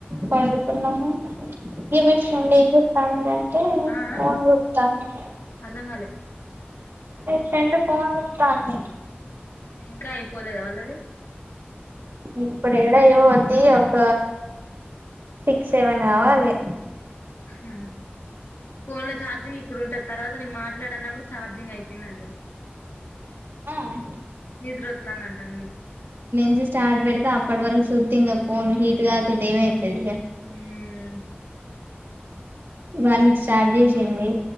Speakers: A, on the right (about 65°); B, on the left (about 80°).
A: పండుకున్నము <unintelligible> ఏం చెప్తాండు అంటే
B: ఆ
A: ఫోన్ చేత్తాండు
B: అర్ధం కాలే
A: చేత్తాంటే ఫోన్ స్విచ్చాఫ్
B: మ్మ్ ఇంకా అయిపోలేదా వాళ్ళది
A: ఇప్పుడు ఏడా ఏమవుద్ది ఒక సిక్స్, సెవెన్ కావాలి
B: మ్మ్ ఫోన్ లో ఛార్జింగ్ ఇప్పుడు ఉంటది తర్వాత నేను మాట్లాడన్నప్పుడు ఛార్జింగ్ అయిపోయింది అంటది
A: అవును
B: నిద్ర వత్తంది అంటంది నీకు
A: <inaudible> చాట్ పెడితే అప్పటి వరకు సూత్తే ఇంక పోన్ హీట్ గా గాకుండా ఏమయితది
B: మ్మ్ మ్మ్
A: వన్ కి స్టార్ట్ చేసింది